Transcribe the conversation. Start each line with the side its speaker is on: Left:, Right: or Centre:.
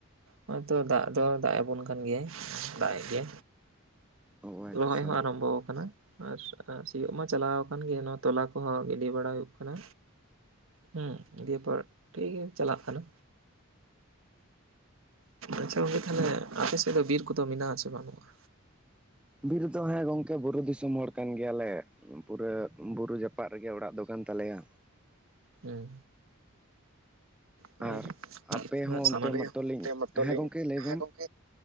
Right: ᱦᱚᱭᱛᱚ ᱫᱟᱜ ᱫᱚ ᱫᱟᱜ ᱟᱵᱚᱱ ᱠᱟᱱ ᱜᱮᱭᱟᱭ ᱫᱟᱜ ᱮ ᱜᱮ
Centre: ᱚ ᱟᱪᱪᱷᱟ
Right: ᱨᱚᱦᱚᱭ ᱦᱚᱸ ᱟᱨᱟᱢᱵᱷᱚ ᱟᱠᱟᱱᱟ ᱟᱨ ᱥᱤᱭᱳᱜ ᱢᱟ ᱪᱟᱞᱟᱣ ᱟᱠᱟᱱ ᱜᱮ ᱱᱚᱶᱟ ᱛᱚᱞᱟ ᱠᱚᱦᱚᱸ ᱜᱤᱰᱤ ᱵᱟᱲᱟ ᱦᱩᱭᱩᱜ ᱠᱟᱱᱟ ᱦᱮᱸ ᱫᱤᱭᱮᱯᱚᱨ ᱴᱷᱤᱠ ᱜᱮᱭᱟ ᱪᱟᱞᱟᱜ ᱠᱟᱱᱟ ᱟᱪᱪᱷᱟ ᱜᱚᱝᱠᱮ ᱛᱟᱦᱞᱮ ᱟᱯᱮ ᱥᱮᱫ ᱫᱚ ᱵᱤᱨ ᱠᱚᱫᱚ ᱢᱮᱱᱟᱜ ᱟᱥᱮ ᱵᱟᱹᱱᱩᱜᱼᱟ
Centre: ᱵᱤᱨ ᱫᱚ ᱦᱮᱸ ᱜᱚᱝᱠᱮ ᱵᱩᱨᱩ ᱫᱤᱥᱚᱢ ᱦᱚᱲ ᱠᱟᱱ ᱜᱮᱭᱟᱞᱮ ᱯᱩᱨᱟᱹ ᱵᱩᱨᱩ ᱡᱟᱯᱟᱜᱫ ᱨᱮᱜᱮ ᱚᱲᱟᱜ ᱫᱚ ᱠᱟᱱᱟᱱ ᱛᱟᱞᱮᱭᱟ
Right: ᱦᱮᱸ <unintelligible>
Centre: ᱟᱨ ᱟᱯᱮ ᱦᱚᱸ
Right: ᱟᱨ ᱥᱟᱢᱟᱱ
Centre: ᱚᱱᱛᱮ ᱢᱟᱛᱚᱞᱤᱧ
Right: ᱨᱮᱭᱟᱜ ᱚᱱᱛᱮ ᱢᱚᱛᱚᱞᱤᱧ
Centre: ᱦᱮᱸ ᱜᱚᱝᱠᱮ ᱞᱟᱹᱭ
Right: ᱡᱟᱦᱟᱸ
Centre: ᱵᱮᱱ
Right: ᱠᱚ